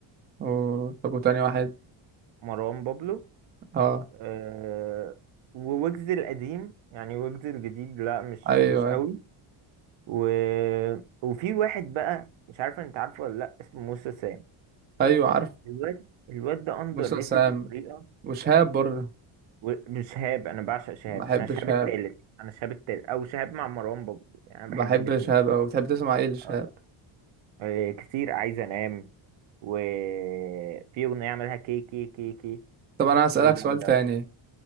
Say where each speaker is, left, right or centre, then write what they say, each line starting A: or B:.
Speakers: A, on the right (about 20°); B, on the right (about 65°).
A: و... طب وتاني واحد
B: مروان بابلو
A: اه
B: أه وويجز القديم يعني ويجز الجديد لا مش
A: أيوه
B: مش أوي
A: أيوه
B: و... وفي واحد بقى مش عارف أنت عارفه ولا لأ اسمه موسى سام
A: أيوه عارف
B: الواد الواد ده أندر
A: موسى
B: ريتد
A: سام
B: بطريقة
A: وشهاب برضه
B: و- مش شهاب انا بعشق شهاب
A: بحب
B: انا شهاب
A: شهاب
B: التالت انا شهاب التالت او شهاب مع مروان بابلو يعني انا
A: بحب
B: بحب الاتنين
A: شهاب أوي بتحب تسمع ايه لشهاب؟
B: اه آه، كتير عايز انام وفي اغنيه عملها كي كي كي كي
A: طب أنا هسألك
B: دي جامده
A: سؤال تاني
B: قوي